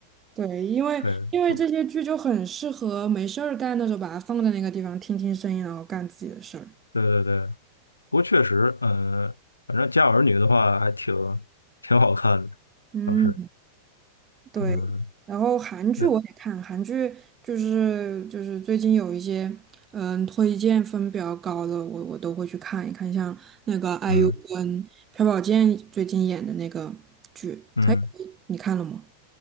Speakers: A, on the right; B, on the left.
A: 对，因为因为这些剧就很适合没事儿干的时候，
B: 对不？
A: 把它放在那个地方听听声音，然后干自己的事儿。
B: 对对对，不过确实，嗯，反正《家有儿女》的话还挺挺好看的，
A: 嗯，
B: 倒是，
A: 对，
B: 嗯，
A: 然后韩剧我也看，
B: 对，
A: 韩剧就是就是最近有一些嗯推荐分比较高的，我我都会去看一看，像那个 IU
B: 嗯
A: 跟朴宝剑最近演的那个剧，
B: 嗯，
A: 还可以，你看了吗？